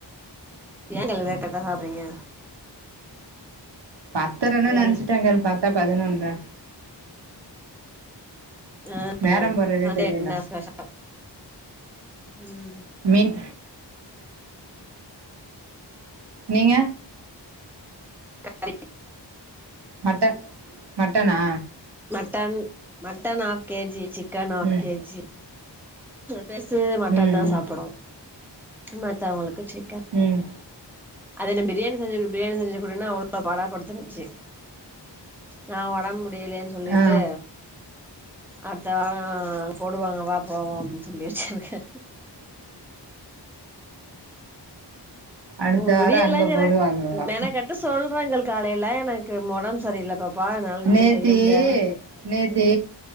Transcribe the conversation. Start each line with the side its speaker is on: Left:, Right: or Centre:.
Centre: ஏங்கழுத லேட்டா சாப்றீங்க
Right: பத்தரன்னு
Centre: வேல
Right: நினைச்சட்டங்கள் பாத்தா பதினொன்ற
Centre: ஆ
Right: நேரம்
Centre: ஆ
Right: போறதே
Centre: சண்டே
Right: தெரியல
Centre: அப்டினா ஸ்பெஷல் ம்
Right: மீன் நீங்க
Centre: நாங்க
Right: மட்ட மட்டனா
Centre: mutton mutton half KG chicken half
Right: ம்
Centre: கேஜி பெருசு மட்டன்தா
Right: ம் ம்
Centre: சாப்பிடு மத்தவுங்களுக்கு சிக்கன்
Right: ம்
Centre: அது என்ன பிரியாணி செஞ்சு குடு பிரியாணி செஞ்சு குடுன்னு அவ்ளோ படாப்படுத்துனுச்சு நா ஒடம்பு முடியலேன்னு சொல்லிட்டு
Right: ஆ
Centre: அடுத்த வாரோ அங்க போடுவாங்க வா போவோ அப்டின்னு சொல்லி வச்சிருக்கே
Right: அடுத்த
Centre: முடியலங்குறே
Right: வார அங்க போடுவாங்கவா
Centre: மெனக்கட்டு சொல்றேங்கள் காலையில எனக்கு மொடம் சரியில்ல பாப்பா என்னால நின்னு
Right: நேத்தி
Centre: செய்ய முடியா
Right: நேத்தி